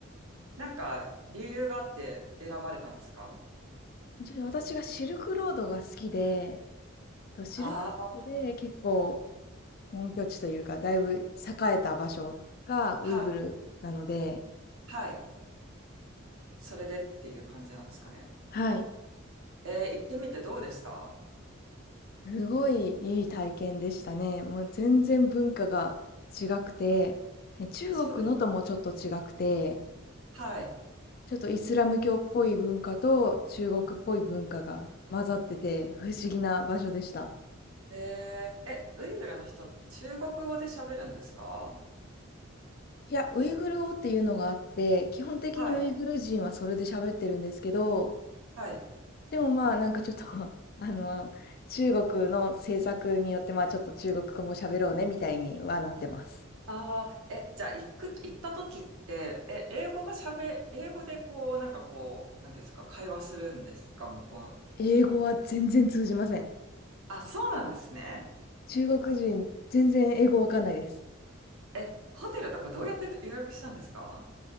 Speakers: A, on the right; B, on the left.
A: なんか、理由があって選ばれたんですか
B: じゃ私がシルクロードが好きで、とシルクロードで結構
A: ああー、
B: 本拠地というか、だいぶ栄えた場所がウイグルなので、
A: はい、はい。それでっていう感じなんですかね。
B: はい。
A: えー、行ってみてどうでした
B: すごいいい体験でしたね。もう全然文化が違くて、ね中国のともちょっと違くて、
A: いや、そうですよ。はい。
B: ちょっとイスラム教っぽい文化と中国っぽい文化が混ざってて不思議な場所でした。
A: えー、え、ウイグルの人って中国語で喋るんですか
B: いや、ウイグル語っていうのがあって、基本的にウイグル人はそれで喋ってるんですけど、
A: はい。はい。
B: でもまあなんかちょっと <laughs> あの、中国の政策によってまあちょっと中国語も喋ろうねみたいにはなってます。
A: ああ、え、じゃあ、行く、行った時って、え、英語が喋、英語でこう、なんかこう、なんていうんですか、会話するんですか、向こう。
B: 英語は全然通じません。
A: あ、そうなんですね。
B: 中国人全然英語わかんないです。
A: え、ホテルとかどうやって予約したんですか